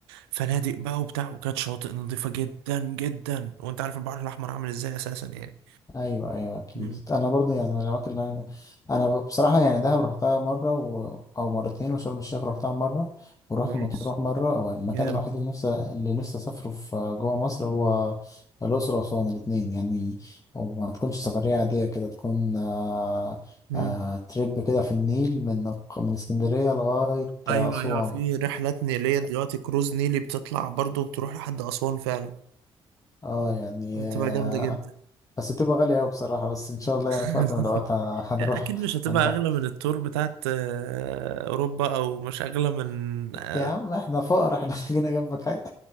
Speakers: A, on the right; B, on the left.
A: فنادق بقى وبتاع وكانت شواطئ نظيفة جدا جدا وانت عارف البحر الاحمر عامل ازاي اساسا يعني
B: ايوه ايوه اكيد
A: مم.
B: انا برضو يعني من الاماكن اللي انا انا بصراحه يعني دهب رحتها مره و... او مرتين وشرم الشيخ رحتها مره ورحت
A: كويس
B: مطروح مره والمكان
A: جامد
B: الوحيد اللي نفسي اللي نفسي اسافره في جوه مصر هو الاقصر واسوان الاثنين يعني وما تكونش سفريه عاديه كده تكون آه...
A: مم.
B: آه... تريب كده في النيل من من اسكندريه لغايه
A: ايوه
B: اسوان
A: ايوه في رحلات نيليه دلوقتي كروز نيلي بتطلع برضه بتروح لحد اسوان فعلا
B: اه يعني
A: بتبقى
B: آه،
A: جامده جدا
B: بس بتبقى غالية أوي بصراحة بس إن شاء الله يعني
A: <laughs>
B: في وقت من الأوقات ه- هنروح
A: يعني اكيد مش هتبقى
B: هنروح
A: اغلى من التور بتاعت آه، اوروبا او مش اغلى من آه،
B: يا عم احنا فقراء احنا <laughs> جينا جنبك حاجة